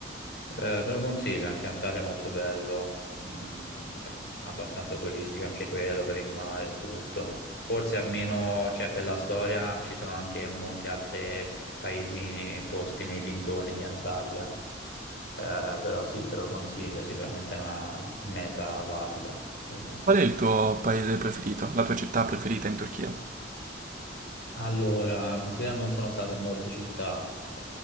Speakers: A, on the left; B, on the right.
A: Eh, te lo consiglio, anche Antalya è molto bello, mm, è abbastanza turistico anche quello per il mare e tutto. Forse almeno, cioè per la storia ci sono anche molti altri paesini posti nei dintorni di Antalya, Eh, però sì, te lo consiglio, è sicuramente una meta valida per me.
B: Qual è il tuo paese preferito? La tua città preferita in Turchia?
A: Allora, considera non sono stato in molte città, eh,